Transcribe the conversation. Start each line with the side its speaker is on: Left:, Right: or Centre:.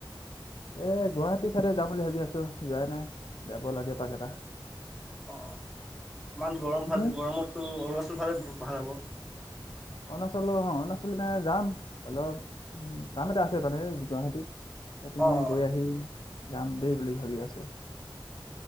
Left: এ গুৱাহাটী চাইডে যাম বুলি ভাবি আছো যোৱাই নাই যাব লাগে পাক এটা
Centre: অঁ অঁ ইমান গৰম
Left: তুমিনো
Centre: ফালে গৰমতো অৰুণাচল ফালে ভাল হ'ব
Left: অৰুণাচল অ অৰুণাচল এ যাম অলপ উ কাম এটা আছে মানে গুৱাহাটী সেইপিনে
Centre: অ অ
Left: গৈ আহি যাম দেই বুলি ভাবি আছো